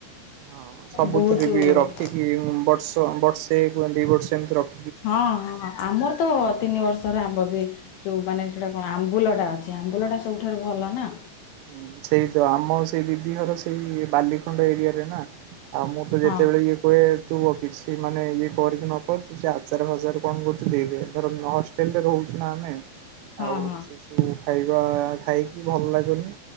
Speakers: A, on the right; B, on the left.
A: ହଁ ସବୁଥିରେ
B: ବହୁତ
A: ବି ରଖିକି ବର୍ଷ ବର୍ଷେକୁ ଦିବର୍ଷ ଏମତି ର
B: ହଁ ହଁ ଆମର ତ ତିନି ବର୍ଷ୍ ଷର ଆମ୍ବ ବି ଯୋଉ ମାନେ ସେଇଟା କଣ ଆମ୍ବୁଲଟା ଅଛି
A: ହଁ
B: ଆମ୍ବୁଲଟା ସବୁଠାରୁ ଭଲ ନା।
A: ହୁଁ ସେଇ ତ ଆମ ସେଇ ଦିଦି ହର ସେଇ ବାଲିଖଣ୍ଡ ଏରିଆରେ ନା। ଆଉ ମୁଁ ତ ଯେତେବେଳେ
B: ହଁ
A: ଇଏ କୁହେ ଥୁବ କିଛି ମାନେ ଇଏ କର କି ନକର କି ସେ ଆଚାର ଫାଜାର କଣ କରୁଚୁ ଦେଇଦେ ଧର ନ ହଷ୍ ଟେଲରେ ରହୁଚୁ ନା ଆମେ
B: ହଁ
A: ଆଉ
B: ହଁ
A: ସେସବୁ ଖାଇବା ଖାଇକି ଭଲ ଲାଗୁନି